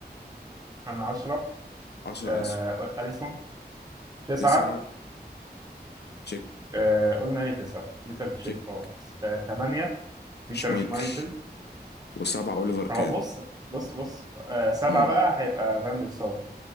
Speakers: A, on the right (about 20°); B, on the left (about 75°).
A: انا 10
B: 10
A: آه
B: ألسون
A: اليسون 9
B: تسعة تشيك
A: آه قلنا ايه 9 بيتر تشيك
B: تشيك
A: اه 8
B: شمايكل
A: بيتر شمايكل
B: وسبعة أوليفر كان
A: اه بص بص بص آه 7
B: اه
A: بقى هيبقى فاندر سار